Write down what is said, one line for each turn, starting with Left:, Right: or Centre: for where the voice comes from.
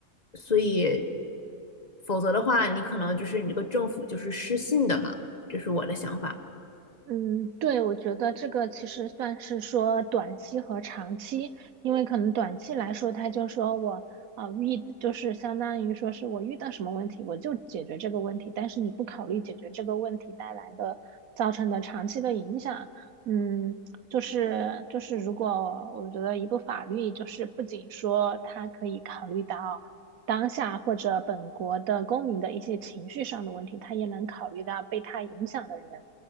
Left: 所以否则的话，你可能就是你这个政府就是失信的嘛，这是我的想法。
Right: 嗯，对，我觉得这个其实算是说短期和长期，因为可能短期来说，他就说我啊、呃遇就是相当于说是我遇到什么问题，我就解决这个问题，但是你不考虑解决这个问题带来的造成的长期的影响，嗯，就是就是如果我觉得一部法律就是不仅说它可以考虑到当下或者本国的公民的一些情绪上的问题，它也能考虑到被它影响的人。